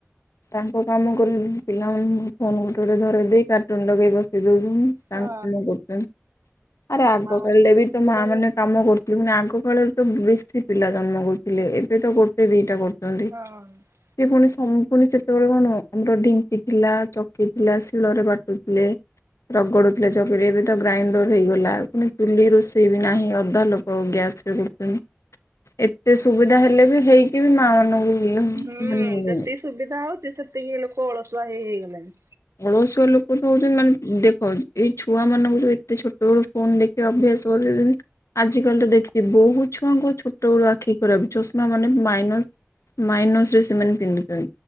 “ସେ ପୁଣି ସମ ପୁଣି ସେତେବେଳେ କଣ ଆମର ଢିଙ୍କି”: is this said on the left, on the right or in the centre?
Left